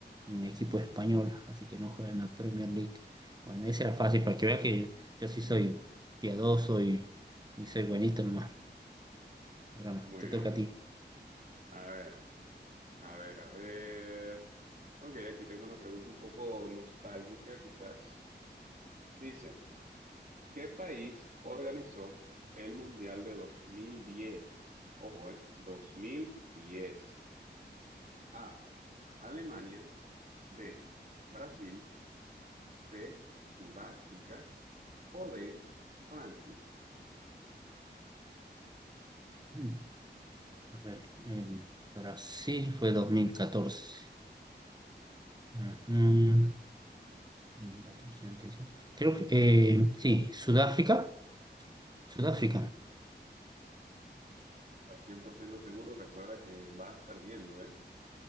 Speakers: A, on the right (about 25°); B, on the right (about 45°).
A: un equipo español, así que no juega en la Premier League. Bueno, esa era fácil para que veas que yo sí soy piadoso y, y soy buenito nomás. Ahora
B: Muy
A: te
B: bien.
A: toca a ti.
B: A ver, a ver, a ver. Ok, aquí tengo una pregunta un poco nostálgica, quizás. Dice, ¿qué país organizó el Mundial de 2010? Ojo, ¿eh? 2010. A, Alemania. B, Brasil. C, Sudáfrica. o de Francia.
A: Mm, A ver, en Brasil fue 2014. Ujú, 2014, antes. Creo que eh, sí, Sudáfrica. Sudáfrica.
B: ¿Estás 100% seguro? Recuerda que vas perdiendo, ¿eh?